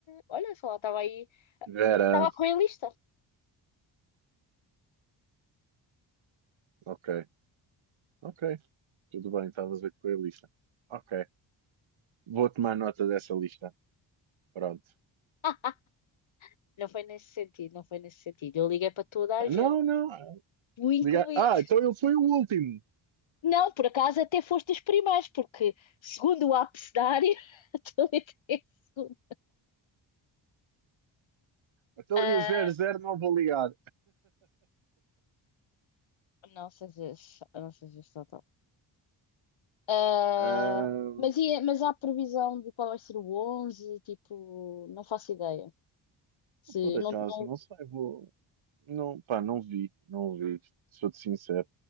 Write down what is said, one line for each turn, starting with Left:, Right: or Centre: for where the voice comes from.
Left: Olha, sei lá, estava aí.
Right: Vera,
Left: Estava a correr a lista.
Right: ok. Ok. Tudo bem, estavas a ver que foi a lista. Ok. Vou tomar nota dessa lista. Pronto.
Left: <laughs> Não foi nesse sentido, não foi nesse sentido. Eu liguei para toda a
Right: Ah,
Left: gente,
Right: Não, não. ah,
Left: tu incluído.
Right: Ligar. Ah, então ele foi o último.
Left: Não, por acaso até foste os primeiros, porque segundo o abecedário, <laughs> a é segundo.
Right: Então
Left: Ah,
Right: eu zero zero não vou ligar.
Left: não sejas, não sejas total. Ah,
Right: Ahm,
Left: mas, e- mas há previsão de qual vai ser o 11? Tipo, não faço ideia. Se,
Right: por acaso,
Left: não, não,
Right: não sei, vou. Não, pá, não vi, não vi, sou-te sincero.